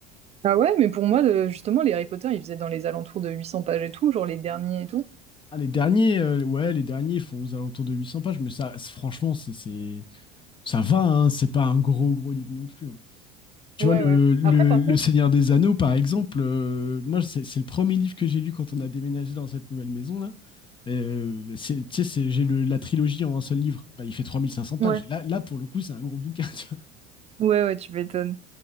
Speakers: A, on the right (about 35°); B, on the left (about 25°).
A: Ah ouais? Mais pour moi, heu, justement, les Harry Potter, ils faisaient dans les alentours de 800 pages et tout, genre, les derniers et tout.
B: Ah, les derniers, euh, ouais, les derniers font aux alentours de 800 pages, mais ça, c'est- franchement, c'est, c'est, ça va, hein, c'est pas un gros, gros livre non plus. hein. Tu
A: Ouais,
B: vois, le,
A: ouais.
B: le,
A: Après, par
B: le
A: contre
B: Seigneur des Anneaux, par exemple, euh, moi, c'est c'est le premier livre que j'ai lu quand on a déménagé dans cette nouvelle maison-là. Euh, c'est- tu sais, c'est- j'ai le- la trilogie en un seul livre. Bah, il fait 3500 pages.
A: ouais,
B: Là, là, pour le coup, c'est un gros bouquin. <laughs> tu
A: ouais, ouais, tu m'étonnes.